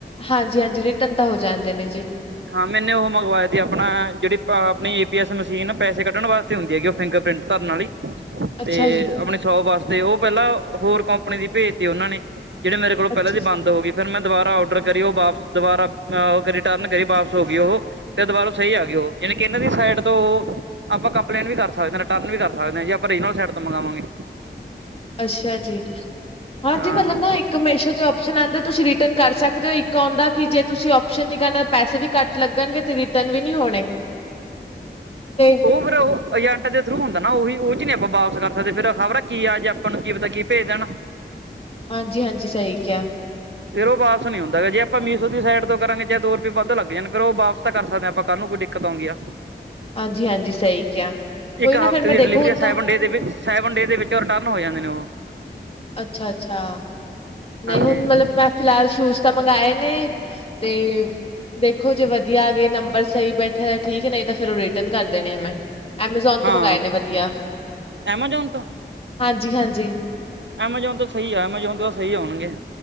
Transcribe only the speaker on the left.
ਹਾਂਜੀ, ਹਾਂਜੀ ਰਿਟਨ ਤਾਂ ਹੋ ਜਾਂਦੇਂ ਨੇ ਜੀ।
ਅੱਛਾ
ਜੀ।
ਅੱਛਾ
ਜੀ,
ਅੱਛਾ ਜੀ। ਹਾਂਜੀ,
ਮੱਤਲਬ ਨਾ ਇੱਕ ਮੀਸ਼ੋ ਤੇ ਓਪਸ਼ਨ ਆਂਦਾ ਤੁਸੀਂ ਰੀਟਰਨ ਕਰ ਸਕਦੇ ਹੋ, ਇੱਕ ਆਉਂਦਾ ਕਿ ਜੇ ਤੁਸੀਂ ਓਪਸ਼ਨ ਨੀਂ ਕਰਨਾਂ ਪੈਸੇ ਵੀ ਘੱਟ ਲੱਗਣਗੇ ਤੇ ਰਿਟਰਨ ਵੀ ਨੀਂ ਹੋਣੇ, ਤੇ
ਹਾਂਜੀ, ਹਾਂਜੀ ਸਹੀ ਕਿਹਾ।
ਹਾਂਜੀ-ਹਾਂਜੀ ਸਹੀ ਕਿਹਾ।
ਕੋਈ
ਨਾ ਫੇਰ
ਮੈਂ ਦੇਖੋ
ਹੁਣ
ਤਾਂ
ਅੱਛਾ, ਅੱਛਾ ਨਹੀਂ
ਹੁਣ ਮਤਲਬ ਮੈਂ ਫਿਲਾਹਾਲ ਸ਼ੂਜ ਤਾਂ ਮੰਗ ਆਏ ਨੇ ਤੇ ਦੇਖੋ ਜੇ ਵਧੀਆ ਆ ਗਏ, ਨੰਬਰ ਸਹੀ ਬੈਠਾ ਤਾਂ ਠੀਕ, ਨਹੀਂ ਤਾਂ ਫੇਰ ਰਿ ਟਰਨ ਕਰ ਦੇਣੇ ਐ ਮੈਂ, ਐਮਾਜ਼ੋਨ ਤੋਂ
ਮੰਗਾਏ ਨੇ ਵਧੀਆ।
ਹਾਂਜੀ, ਹਾਂਜੀ।